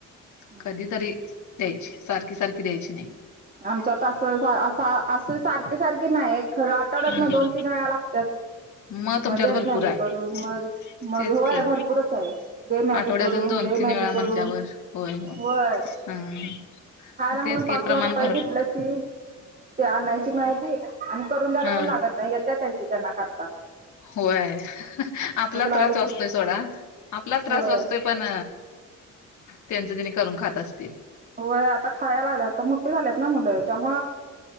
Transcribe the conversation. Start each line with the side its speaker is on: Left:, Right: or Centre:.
Right: हा.
Left: कधी तरी द्यायची सारखी सारखी द्यायची नाही
Right: आमच्यात असं अस असं सारखे सारखे नाही खरं आठवड्यात
Left: हम्म
Right: ना दोन तीन वेळा लागतच
Left: मग तुमच्यात
Right: मगट
Left: भरपूर
Right: मॅगे
Left: आहे
Right: करून मग मग
Left: तेच
Right: हो आहे
Left: की
Right: भरपूरच आहे दे मॅग
Left: आठवड्यातून
Right: करून
Left: दोन
Right: दे
Left: तीन
Right: मागे
Left: वेळा म्हटल्यावर
Right: करून
Left: होय हो
Right: वय
Left: हा
Right: खायला म्हणून
Left: तेच की
Right: पाच
Left: प्रमाण
Right: हजार रुपये
Left: भर
Right: घेतला की ते आणायची माहिती आणि करून द्यायला
Left: हा
Right: पण लागत नाही येत त्यांची त्यांना करता
Left: होय आपला
Right: भूक लागली
Left: त्रास वातोय
Right: की
Left: सोडा आपला त्रास
Right: होय
Left: वातोय पण त्यांच तिने करून खात असतील
Right: वय आता खायला लागल्यात तर मुठ्टठी झाल्यात ना मुलं त्यामु